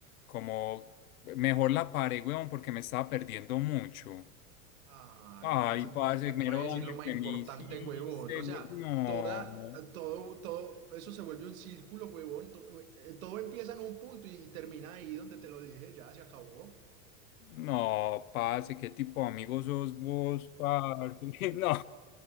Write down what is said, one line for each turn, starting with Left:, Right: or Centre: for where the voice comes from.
Left: como, mejor la paré, weón, porque me estaba perdiendo mucho.
Right: Ay,
Left: Ay,
Right: parce,
Left: parce,
Right: pero si te acabé
Left: mero
Right: de
Left: daño
Right: decir lo más
Left: que
Right: importante,
Left: me hiciste,
Right: huevón. O sea,
Left: weón.
Right: toda,
Left: No.
Right: todo, todo, eso se vuelve un círculo, huevón. To- eh, Todo, empieza en un punto y termina ahí donde te lo dije, ya se acabó.
Left: No, parce, qué tipo de amigo sos vos, parce. <laughs> No,